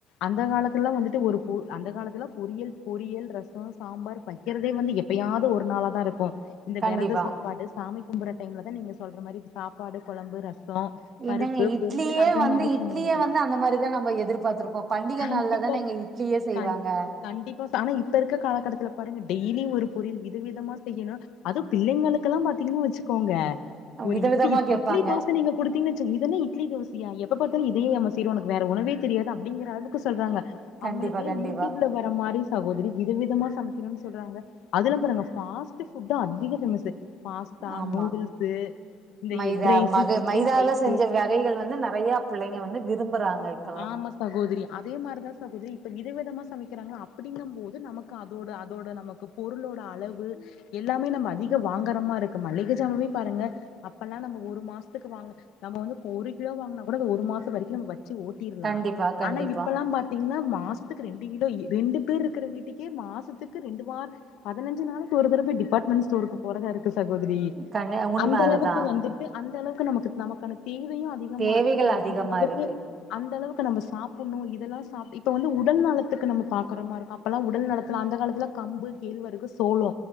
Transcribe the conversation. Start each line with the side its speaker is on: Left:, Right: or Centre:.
Left: அந்த காலத்துல்லா வந்துட்டு ஒரு பொ அந்த காலத்துல பொரியல் பொரியல் ரசோ சாம்பார் வக்கிறதே வந்து எப்பயா து ஒரு நாள தா இருக்கு இந்த
Right: கண்டிப்பா
Left: விரத சாப்பாடு சாமி கும்புற டைம்ல தா நீங்க சொல்ற மாரி சாப்பாடு கொழம்பு ரசோ பருப்பு
Right: என்னங்க இட்லியே
Left: பொரியல் அந்த
Right: வந்து
Left: மாரிலா
Right: இட்லியே
Left: பண்ணுவாங்க
Right: வந்து அந்த மாரிதா நம்ம எதிர்பாத்திருப்போ பண்டிக
Left: கண்டிப்பா
Right: நாள்ல தாங்க இட் இட்லியே செய்வாங்க
Left: கண் கண்டிப்பா ஆனா இப்ப இருக்க காலகட்டத்துல பாருங்க டெய்லியு ஒரு பொரியல் வித விதமா செய்யணு அதுவு பிள்ளைங்களுக்ககெல்லா பாத்தீங்னா வச்சுக்கோங்க ஒரு
Right: விதவிதமா
Left: இட்லி
Right: கேப்பாங்க
Left: இட்லி தோச நீங்க குடுத் தீங்க வச்சிகோங் இது என்ன இட்லி தோசியா எப்ப பாத்தலு இதையே யாம செய்ற உனக்கு வேற உணவே தெரியாத அப்டிங்கிற அளக்கு சொல்றாங்க
Right: கண்டிப்பா
Left: அவுங்ளுக்கு
Right: கண்டிப்பா
Left: யூடியூப்ல வர மாரி சகோதிரி விதவிதமா சமைக்கணுன் சொல்றாங்க அதுல நாங்க ஃபாஸ் ஃபுட்டு அதிக ஃபேமஸ்ஸு பாஸ்தா
Right: ஆமா
Left: நூடுல்ஸ்சு இந்த
Right: மைதா
Left: எக்ரைஸ்சு
Right: மக
Left: சிக்கன்ரைஸ்சு
Right: மைதால செஞ்ச வகைகள் வந்து நறைய புள்ளைங்க வந்து விரும்புறாங்க இப்
Left: ஆமா சகோதிரி அதே மாரிதா சகோதரி இப்ப இத விதமா சமைக்கிறாங்க அப்படிங்கும் போது நமக்கு அதோட அதோட நமக்கு பொருளோட அளவு எல்லாமே நம்ம அதிக வாங்குர்றமாருக்கு மல்லிக சாமாவே பாருங்க அப்பெல்லா நம்ம ஒரு மாஸ்த்துக்கு வாங்க நம்ம வந்து ஒரு கிலோ வாங்குனா கூட ஒரு மாசவரைக்கு நம வச்சு ஓ ட்டிர்லா
Right: கண்டிப்பா கண்டிப்பா
Left: ஆனா இப்பெல்லா பா த்திங்னா மாசத்துக்கு ரெண்டு கிலோ ரெண்டு பேர் இருக்கிற வீட்டுக்கே மாசத்துக்கு ரெண்டு வார் பதினஞ்சு நாளைக்கு ஒரு தடவ டிபார்ட்மெண்ட் ஸ்டோருக்கு போறதா இருக்கு சகோதிரி
Right: கண் உண்ம
Left: அந்த
Right: அதுதா
Left: அளவுக்கு வந்து அந்த அளவுக்கு நமக்கு நமக்கான தேவையு அதிகமா
Right: தேவைகள்
Left: இருக்கு நம்ம
Right: அதிகமா
Left: அந்த அளவுக்கு
Right: இருக்கு
Left: அந்த அளவுக்கு நம சாப்புன்ணு இதெல்லா சாப் இப்ப வந்து உடல் நலத்துக்கு நம்ம பாக்குற மார் இருக் அப்பலா உடல் நடத்தலா அந்த காலத்துல கம்பு கேழ்வரகு சோலோ